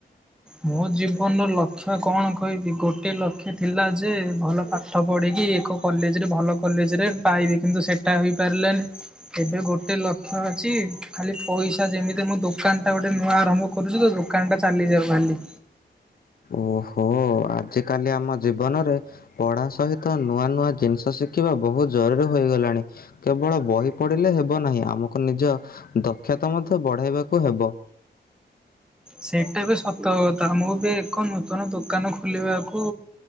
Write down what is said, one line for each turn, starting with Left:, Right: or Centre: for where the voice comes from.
Centre: ମୋ ଜୀବନର ଲକ୍ଷ୍ୟ କଣ କହିବି ଗୋଟେ ଲକ୍ଷ୍ୟ ଥିଲା ଯେ ଭଲ ପାଠ ପଢ଼ିକି ଏକ କଲେଜରେ ଭଲ କଲେଜରେ ପାଇବି କିନ୍ତୁ ସେଇଟା ହେଇପାରିଲାନି ଏବେ ଗୋଟେ ଲକ୍ଷ୍ୟ ଅଛି। ଖାଲି ପଇସା ଯେମିତି ମୁଁ ଦ ଦୋକାନ ଟା ଗୋେ ନୂଆ ଆରଭ କରୁଛୁ ତ। ଦୋକାନଟା ଚାଲିଯାଉ। କଲି।
Left: ଓହୋ ଆଜିକାଲି ଆମ ଜୀବନରେ ପଢା ସହିତ ନୂଆ ନୂଆ ଜିନିଷ ଶିଖିବା ବହୁତ ଜରୁରୀ ହୋଇଗଲାଣି କେବଳ ବହି ପଢିଲେ ହେବ ନାହିଁ ଆମକୁ ନିଜ ଦକ୍ଷତା ମଧ୍ୟ ବଢେଇବାକୁ ହେବ।
Centre: ସେଇଟା ବି ସତକଥା ମୁଁ ବି ଏକ ନୂତନ ଦୋକାନ ଖୋଲିବାକୁ